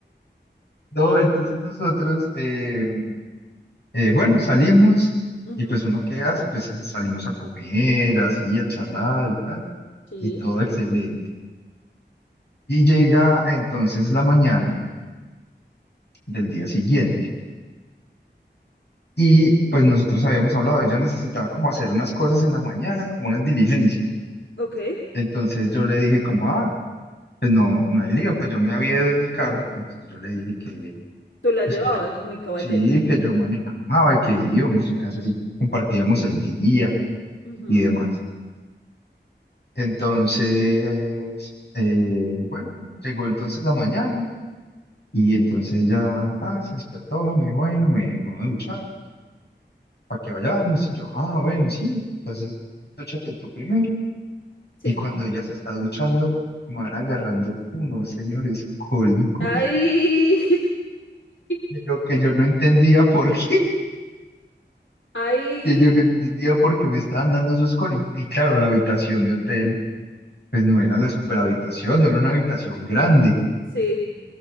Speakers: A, on the left; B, on the left.
A: no, entonces nosotros, eh, eh, bueno, salimos
B: ujú,
A: y pues uno qué hace, pues salimos a comer, así, a charlar y tal,
B: Sí,
A: y todo excelente. Y llega entonces la mañana del día siguiente. Y pues nosotros habíamos hablado, ella necesitaba como hacer unas cosas en la mañana, como unas diligencias.
B: ok.
A: Entonces yo le dije como, ah, pues no, no hay lío, pues yo me había ido en mi carro. Entonces yo le dije que,
B: Tú la
A: pues
B: llevabas
A: que yo,
B: muy caballero.
A: sí, que yo manejaba y que íbamos y una vez así compartíamos el día
B: Ujú,
A: y demás. Entonces, eh, bueno, llegó entonces la mañana y entonces ya ta, se despertó, me dijo, bueno, me, me voy a duchar. para que vayamos. Y yo, ah, bueno, sí, entonces dúchate tú primero.
B: Sí.
A: Y cuando ella se está duchando, me van agarrando unos señores cólicos.
B: Ay.
A: de
B: <laughs>
A: Lo que yo no entendía por qué,
B: Ay.
A: que yo no entendía por qué me estaban dando esos cólicos. Y claro, la habitación de hotel, pues no era la superhabitación, no era una habitación grande.
B: Sí,